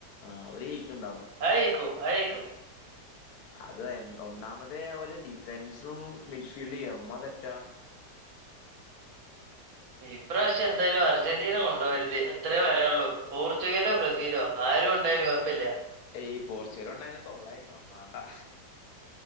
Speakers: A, on the left; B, on the right.
A: ആഹ് അവര് ജയിക്കണ്ടാവും
B: ആയിക്കൂ ആയിക്കൂ
A: അത് ഒന്നാമതേ ഓലെ ഡിഫെൻസും മിഡ്ഫീൽഡും എമ്മ സെറ്റാ
B: ഇപ്രാവശ്യം എന്തായാലും അർജന്റീന കൊണ്ടോവരുത് അത്രയേ പറയാനോള്ളൂ പോർച്ചുഗലോ ബ്രസീലോ ആരും കൊണ്ടായാലും കുഴപ്പില്ല
A: ഈ പോർച്ചുഗല ഉണ്ടായുന്ന തൊള്ളകേക്കണം വെണ്ടാ